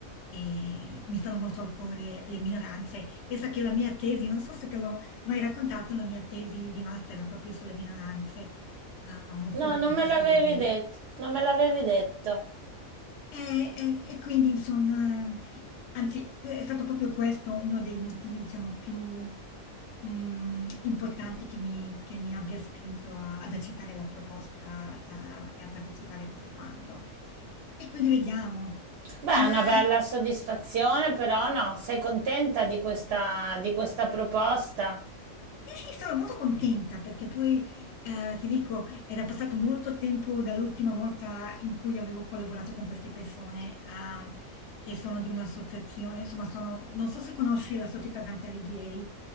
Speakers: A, on the left; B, on the right.
A: e mi stanno molto al cuore le minoranze. Pensa che la mia tesi, non so se te l'ho mai raccontato, la mia tesi di master era proprio sulle minoranze, uhm, uno studio
B: No, non
A: comparativo
B: me l'avevi
A: di
B: detto. Non me l'avevi detto.
A: e e e quindi insomma, ehm, anzi è stato proprio questo uno dei motivi diciamo più, mhmm, importanti che mi che mi abbia spinto a ad accettare la proposta, uhm, e a partecipare a questo bando. E quindi vediamo.
B: Beh,
A: Ma
B: è una bella soddisfazione, però no, sei contenta di questa, di questa proposta?
A: Sì, sì, sono molto contenta perché poi, ehm, ti dico, era passato molto tempo dall'ultima volta in cui avevo collaborato con queste persone, ehm, che sono di un'associazione, insomma sono non so se conosci la Società Dante Alighieri